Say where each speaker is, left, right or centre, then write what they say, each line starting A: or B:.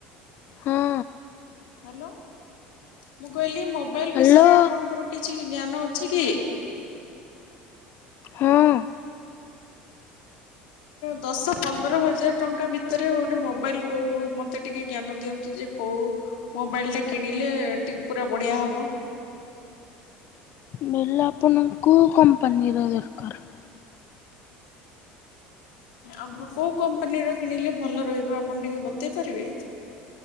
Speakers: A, on the left; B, on the left.
A: ହଁ।
B: ହ୍ୟାଲୋ ମୁଁ କହିଲି ମୋବାଇଲ୍
A: ହ୍ୟାଲୋ
B: ବିଷୟରେ ଆପଣଙ୍କର କିଛି ଜ୍ଞାନ ଅଛି କି?
A: ହଁ।
B: ଦଶ ପନ୍ଦର ହଜାର ଟଙ୍କା ଭିତରେ ଗୋଟେ ମୋବାଇଲ୍ କୋଉ ମତେ ଟିକେ ଜ୍ଞାନ ଦିଅନ୍ତୁ ଯେ। କଉ ମୋବାଇଲ ଟା କିଣିଲେ ଟିମ୍ପୁରା ବଢିଆ ହବ।
A: ବେଲ ଆପଣଙ୍କୁୁ କମ୍ପାନୀର ଦରକାର?
B: ଆ କୋଉ କମ୍ପାନୀର କିଣିଲେ ଭଲ ରହିବ ଆପଣ ଟିକେ ବତେଇ ପାରିବେ?